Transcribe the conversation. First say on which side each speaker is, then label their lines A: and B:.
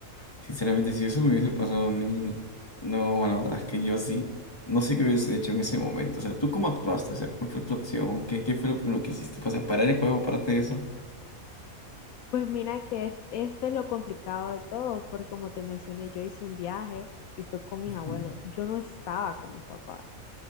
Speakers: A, on the left; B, on the left.
A: Sinceramente, si eso me hubiese pasado a mí, no, bueno, la verdad es que yo sí, no sé qué hubiese hecho en ese momento. O sea, ¿tú cómo actuaste? O sea, ¿cuál fue tu acción? ¿Qué, qué fue lo primero que hiciste? O sea, parar el juego aparte de eso.
B: Pues mira que es, esto es lo complicado de todo, porque como te mencioné, yo hice un viaje y fue con mis abuelos.
A: Mm,
B: Yo no estaba con mis papás.